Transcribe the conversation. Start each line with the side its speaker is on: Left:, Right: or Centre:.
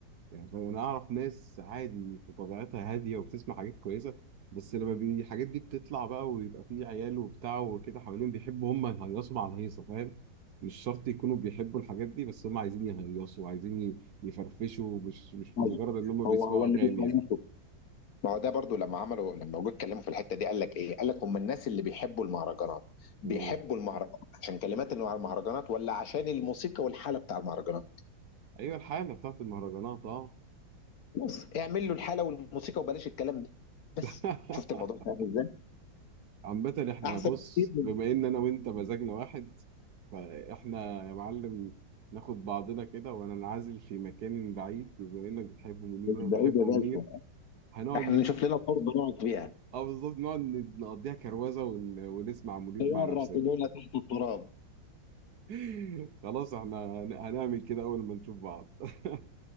Right: يعني فانا اعرف ناس عادي في طبيعتها هاديه وبتسمع حاجات كويسه بس لما بي- الحاجات دي بتطلع بقى ويبقى فيه عيال وبتاع وكده حوالين بيحبوا هم يهيصوا مع الهيصه فاهم مش شرط يكونوا بيحبوا الحاجات دي بس هم عايزين يهيصوا وعايزين ي- يفرفشوا مش مش
Left: طيب،
Right: مجرد ان هم بيسمعوا
Left: هو هو اللي
Right: اغاني
Left: بيخلصه
Right: يعني
Left: ما هو ده برضو لما عملوا لما جم اتكلموا في الحته دي قال لك ايه؟ قال لك هم الناس اللي بيحبوا المهرجانات بيحبوا
Right: امم
Left: المهرجانات عشان كلمات المهرجانات ولا عشان الموسيقى والحاله بتاع المهرجانات؟
Right: ايوه الحاله بتاعت المهرجانات اه
Left: بص اعمل له الحاله والموسيقى وبلاش الكلام ده بس
Right: <laughs>
Left: شفت الموضوع ده عامل ازاي
Right: عامة احنا
Left: احسن
Right: بص
Left: كتير من-
Right: بما ان انا وانت مزاجنا واحد فاحنا يا معلم ناخد بعضنا كده وانا انعزل في مكان بعيد وبما انك بتحب منير
Left: مش
Right: وانا
Left: بعيد
Right: بحب
Left: يا
Right: منير
Left: باشا
Right: هنقعد
Left: احنا
Right: نك...
Left: نشوف لنا ارض نقعد فيها
Right: اه بالظبط نقعد ن- نقضيها كروزة ون... ونسمع منير
Left: طياره
Right: مع نفسنا
Left: تقولنا تحت التراب
Right: <laughs> خلاص احنا هن- هنعمل كده اول ما نشوف بعض <laughs>